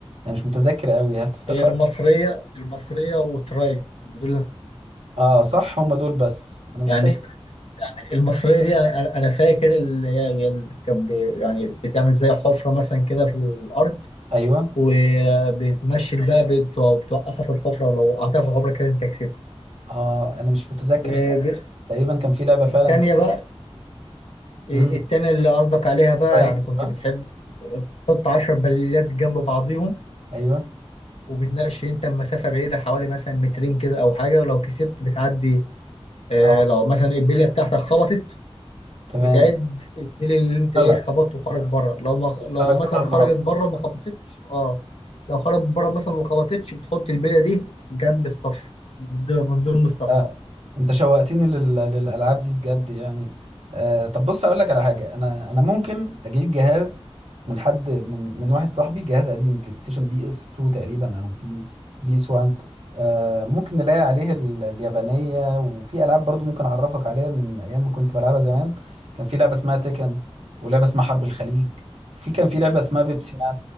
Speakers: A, on the right; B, on the left.
A: انا مش متذكر قوي هل تفتكر
B: هي المصريه المصريه وتراي دول
A: اه صح هم دول بس انا مش
B: يعني
A: فاكر
B: يعني المصريه دي انا انا أنا فاكر اللي هي اللي كانت ب- يعني بتعمل زي حفره مثلا كده في الارض
A: ايوه
B: وبتمشي الباء بتو- بتوقفها في الحفره ولو وقعتها في الحفره كده انت كسبت
A: اه انا مش متذكر
B: آه، ب-
A: تقريبا كان في لعبة فعلا
B: التانيه
A: كده
B: بقى آه،
A: امم
B: التانيه اللي قصدك عليها بقى
A: براين
B: يعني كنت
A: بقى.
B: بتحب تحط 10 بليات جنب بعضيهم
A: <laughs> ايوه
B: وبتناقش انت مسافه بعيده حوالي مثلا مترين كده او حاجه ولو كسبت بتعدي آه
A: اه
B: لو مثلا البليه بتاعتك خبطت
A: تمام
B: بتعد البلي اللي انت
A: طلع
B: ايه خبطته وخرج بره لو ما لو
A: طلع
B: مثلا
A: بره المربع
B: خرجت بره ما خبطتش اه لو خرجت بره مثلا وما خبطتش بتحط البليه دي جنب الصف من ضمن من ضمن الصف
A: آه. انت شوقتني لل... للالعاب دي بجد يعني آه طب بص اقول لك على حاجه انا انا ممكن اجيب جهاز من حد من من واحد صاحبي جهاز قديم بلاي ستيشن بي اس 2 تقريبا او بي بي اس 1 آه ممكن نلاقي عليه ال... اليابانيه وفي العاب برضو ممكن اعرفك عليها من ايام ما كنت بلعبها زمان كان في لعبه اسمها تيكن ولعبه اسمها حرب الخليج وفي كان في لعبه اسمها بيبسي مان